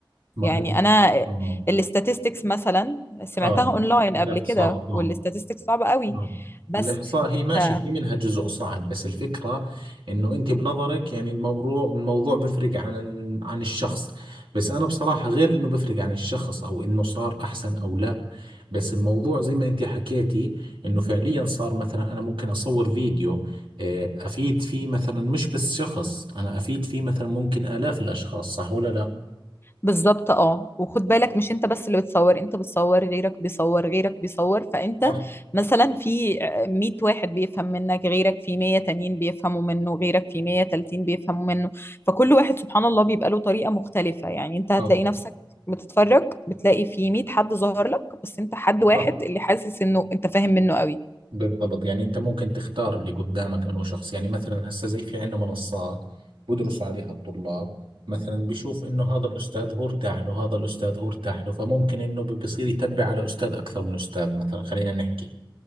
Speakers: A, on the right (about 85°); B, on the left (about 30°).
A: ما
B: يعني
A: هو
B: انا
A: آه
B: الاستاتستكس مثلا سمعتها
A: آه
B: اونلاين
A: الإحصاء
B: قبل كده والاستاتستكس
A: آه
B: صعبة قوي
A: آه.
B: بس
A: الإحصاء هي ماشي
B: ف...
A: في منها جزء صعب بس الفكرة إنه أنت بنظرك يعني الموضوع الموضوع بفرق عن عن الشخص بس أنا بصراحة غير إنه بفرق عن الشخص أو إنه صار أحسن أو لا بس الموضوع زي ما أنت حكيتي إنه فعليا صار مثلا أنا ممكن أصور فيديو آه، أفيد فيه مثلا مش بس شخص أنا أفيد فيه مثلا ممكن آلاف الأشخاص صح ولا لا؟
B: بالظبط اه وخد بالك مش انت بس اللي بتصور انت بتصور غيرك بيصور غيرك بيصور فانت
A: صح
B: مثلا في 100 واحد بيفهم منك غيرك في 100 تانيين بيفهموا منه غيرك في 100 تالتين بيفهموا منه فكل واحد سبحان الله بيبقى له طريقة مختلفة يعني انت هتلاقي
A: آه.
B: نفسك بتتفرج بتلاقي في 100 حد ظهر لك بس انت حد واحد
A: صح
B: اللي حاسس انه انت فاهم منه قوي
A: بالضبط يعني انت ممكن تختار اللي قدامك انه شخص يعني مثلا هسه زي في عندنا منصات بدرسوا عليها الطلاب مثلا بشوف انه هذا الاستاذ هو ارتاح له هذا الاستاذ هو ارتاح له فممكن انه بصير يتبع على استاذ اكثر من استاذ مثلا خلينا نحكي